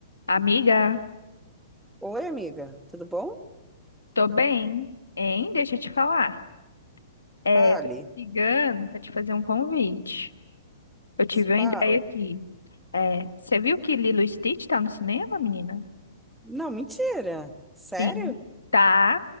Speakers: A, on the left; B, in the centre.
A: Amiga,
B: Oi, amiga, tudo bom?
A: tô bem, hein? Deixa eu te falar. É,
B: Fale,
A: tô te ligando pra te fazer um convite. Eu tive uma
B: fala.
A: ideia aqui. É, você viu que Lilo e Stitch tá no cinema, menina?
B: Não, mentira. Sério?
A: Sim. Tá.